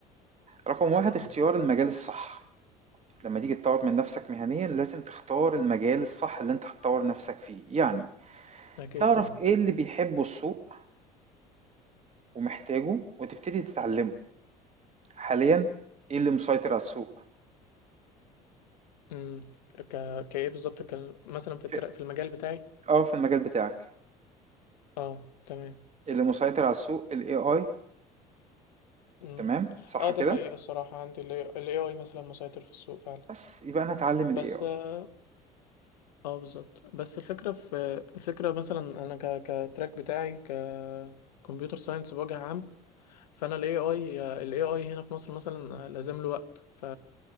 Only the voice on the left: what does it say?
تمام
اكيد
طبعا
امم ك... كايه بالظبط كان مثلا في
التر... في المجال بتاعي
اه تمام
امم
اه
دي حقيقه الصراحه عندي ال AI مثلا مسيطر في السوق فعلا
بس
اه آه، بالظبط بس الفكره في الفكره مثلا انا ك... كتراك بتاعي ك كمبيوتر ساينس بوجه عام فانا الاي اي الاي اي هنا في مصر مثلا لازم له وقت ف